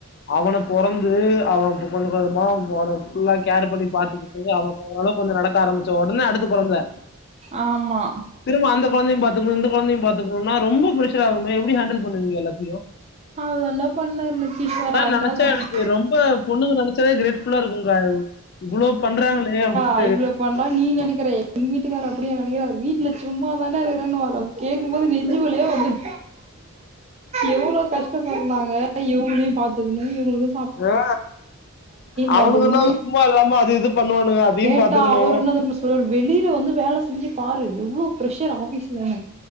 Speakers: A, on the left; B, on the right.
A: அவன பொறந்து அவன் கொஞ்ச கொஞ்சமா ஃபுல்லா கேர் பண்ணி பாத்துக்கிட்டு அவன் ஓரளவுக் கொஞ்ச நடக்க ஆரம்பிச்ச உடனே அடுத்த கொழந்த
B: ஆமா
A: திரும்ப அந்த கொந்தையு பாத்துக்கணு இந்த கொழந்தையு பாத்துக்கணுனா ரொம்ப பிரஸ்ஷர் ஆகுமே எப்டி ஹேண்டில் பண்ணுவீங்க எல்லாத்தையு
B: அது தாண்டா பண்ண கிஷோர் <unintelligible>
A: நெனச்சா எனக்கு ரொம்ப பொண்ணுங்க நெனச்சதே கிரேட் ஃபுல்லா இருக்குங் கா இவ்ளோ பண்றாங்ளே அப்டி
B: நா இவ்ளோ பண்றன் நீ நினைக்கிற எங் வீட்டுக்காரர் அப்டிய நினைக்கிறார் வீட்ல சும்மா தான இருக்குறன் வாரு அவுரு கேக்கும் போது நெஞ்சு வலியே வந்துடு எவ்ளோ கஷ்டப்படுனாங்க இவுங்ளியு பாத்துக்கனு இவுங்ளுக்கு
A: ஆ அவனுக்குன்னா
B: பாத்துக்கணும்.
A: சும்மா இல்லாம அது இது பண்ணுவானுங்க அதையும்
B: கேட்டா
A: பாத்துக்கணும்.
B: அவரு என்ன தெரிமா சொல் வெளியில வந்து வேல செஞ்சு பாரு எவ்ளோ பிர்ஷர் ஆபீஸ் ல